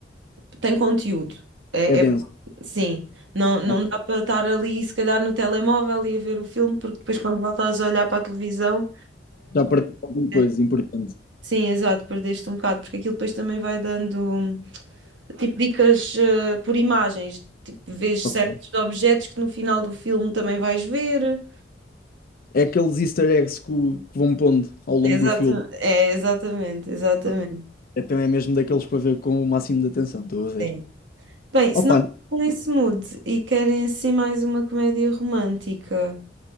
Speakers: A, on the right; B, on the left.
A: tem conteúdo. É,
B: É denso.
A: é- Sim, não, não
B: Ok.
A: dá para estar ali, se calhar, no telemóvel e a ver o filme, porque depois, quando voltas a olhar para a televisão.
B: Já perdi alguma coisa
A: É.
B: importante.
A: Sim, exato, perdeste um bocado, porque aquilo depois também vai dando hum, tipo dicas eh, por imagens, tipo, vês
B: Ok.
A: certos objetos que no final do filme também vais ver.
B: É aqueles easter eggs que, o- que vão pondo ao longo
A: Exato,
B: do filme.
A: é, exatamente, exatamente.
B: Ok. Então é mesmo daqueles para ver com o máximo de atenção, estou a ver.
A: sim. Bem,
B: Opa,
A: se não estão nesse mood e querem assim mais uma comédia romântica,